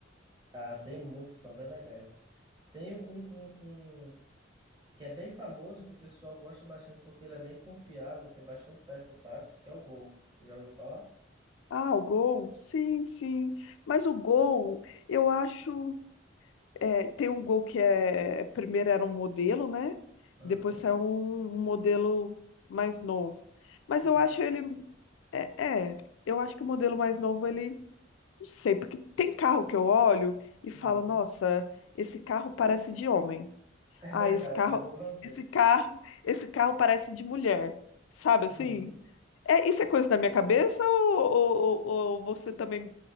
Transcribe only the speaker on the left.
Ah, o Gol? Sim, sim. Mas o Gol, eu acho, é, tem um Gol que é primeiro era um modelo, né?
Depois saiu um, um modelo mais novo. Mas
eu acho ele é, é, eu acho que o modelo mais novo ele não sei, porque tem carro que eu olho e falo,
nossa, esse carro parece de homem.
Ah,
esse carro,
esse carro, esse carro parece de mulher, sabe assim?
É, isso é coisa da minha cabeça ou, ou- ou- ou você também